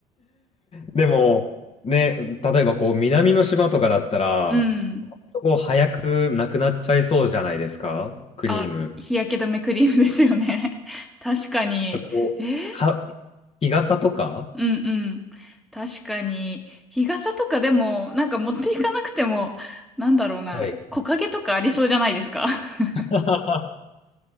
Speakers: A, on the left (about 30°); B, in the centre.
A: でも、ね、例えばこう、南の島とかだったら、
B: うん。
A: もう早くなくなっちゃいそうじゃないですかクリーム。
B: あ、日焼け止めクリームですよね。<laughs> 確かに。
A: こう、
B: えー
A: か、日傘とか
B: うんうん。確かに。日傘とかでも、なんか持っていかなくても、なんだろうな、
A: はい。
B: 木陰とかありそうじゃないですか。<laughs>
A: <laughs> あ